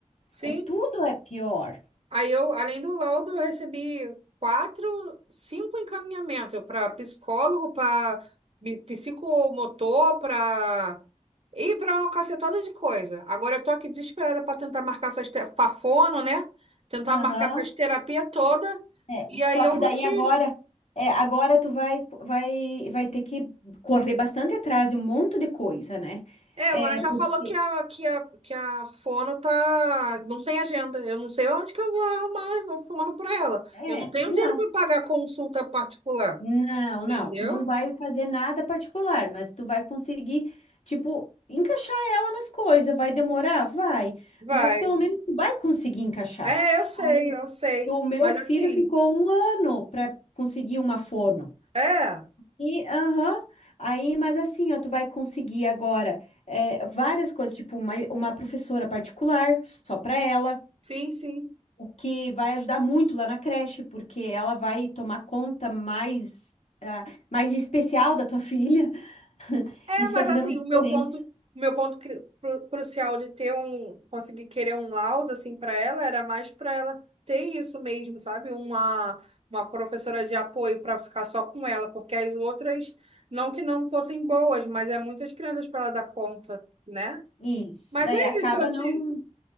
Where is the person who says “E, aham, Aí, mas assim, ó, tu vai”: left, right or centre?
Left